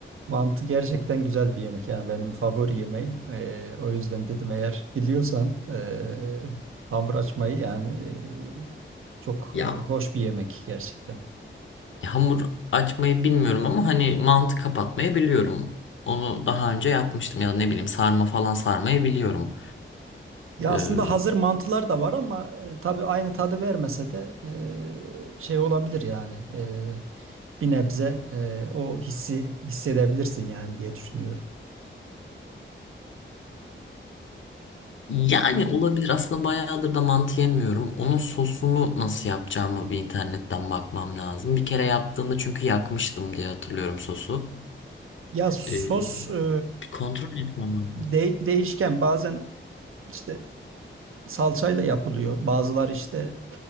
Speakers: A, on the right; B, on the left.
A: Mantı gerçekten güzel bir yemek. Yani benim favori yemeğim. E, o yüzden dedim eğer biliyorsan e, hamur açmayı yani e, çok
B: Ya
A: e, hoş bir yemek gerçekten.
B: hamur açmayı bilmiyorum ama hani mantı kapatmayı biliyorum. Onu daha önce yapmıştım ya da ne bileyim sarma falan sarmayı biliyorum.
A: Ya
B: Ee,
A: aslında hazır mantılar da var ama e, tabii aynı tadı vermese de e, şey olabilir yani. E, bir nebze e, o hissi hissedebilirsin yani diye düşünüyorum.
B: Yani olabilir. Aslında bayağıdır da mantı yemiyorum. Onun sosunu nasıl yapacağımı bir internetten bakmam lazım. Bir kere yaptığımda çünkü yakmıştım diye hatırlıyorum sosu.
A: Ya sos
B: Ee,
A: e,
B: bir kontrol etmem lazım.
A: de- değişken bazen işte salçayla yapılıyor. Bazıları işte